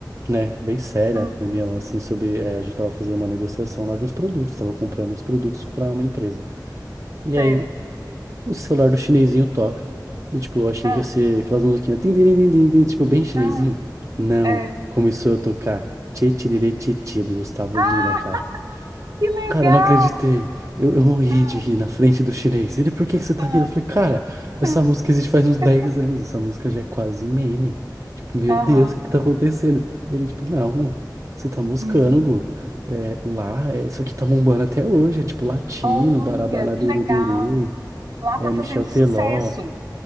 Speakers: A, on the right (about 45°); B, on the right (about 60°).
A: né? Bem séria,
B: Hum,
A: reunião assim sobre. eh, a gente tava fazendo uma negociação lá de uns produtos, tava comprando uns produtos pra uma empresa. E
B: certo.
A: aí o celular do chinesinho toca. E tipo, eu achei
B: Ah,
A: que ia ser aquelas musiquinhas, tim, tim, tim, tim, tim, tim, tipo, bem chinesinho.
B: ah,
A: Não,
B: é.
A: começou a tocar Tchê Tchiriri Tchê Tchê do Gustavo
B: Ah,
A: Lima, cara.
B: que legal!
A: Cara, eu não acreditei. Eu, eu morri
B: Ah,
A: de rir na frente do chinês. Ele, por que que você tá
B: ah,
A: rindo? Eu falei, cara, essa
B: ah,
A: música existe faz uns dez
B: é bonito.
A: anos. Essa música já é quase meme. Tipo, meu
B: Aham,
A: Deus, o que que tá acontecendo? Ele, tipo, não, você tá moscando,
B: hum.
A: Gu. É, lá, é, isso aqui tá bombando até hoje. É tipo latino,
B: Olha,
A: Barabara
B: que
A: Beriberi,
B: legal! Lá
A: é
B: tá
A: Michel
B: fazendo
A: Teló.
B: sucesso.